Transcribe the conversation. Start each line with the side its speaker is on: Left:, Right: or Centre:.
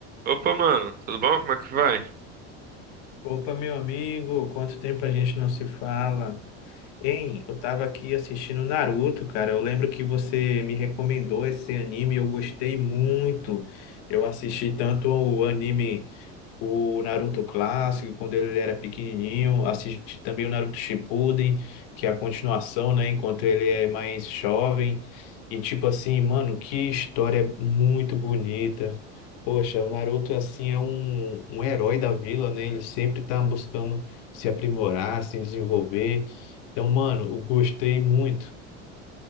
Right: Opa, mano, tudo bom? Como é que vai?
Left: Opa, meu amigo, quanto tempo a gente não se fala? Hein, eu tava aqui assistindo Naruto, cara. Eu lembro que você me recomendou esse anime, eu gostei muito. Eu assisti tanto o anime o Naruto clássico, quando ele era pequenininho, assisti também o Naruto Shippuden, que é a continuação, né, enquanto ele é mais jovem. E tipo assim, mano, que história muito bonita. Poxa, o Naruto assim é um, um herói da vila, né? Ele sempre tá buscando se aprimorar, se desenvolver. Então, mano, eu gostei muito.